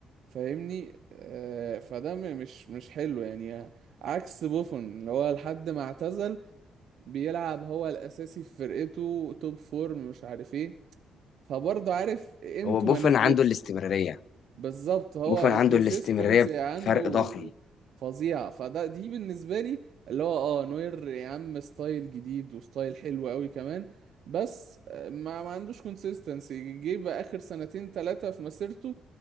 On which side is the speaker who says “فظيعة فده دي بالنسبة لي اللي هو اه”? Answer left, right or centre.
Right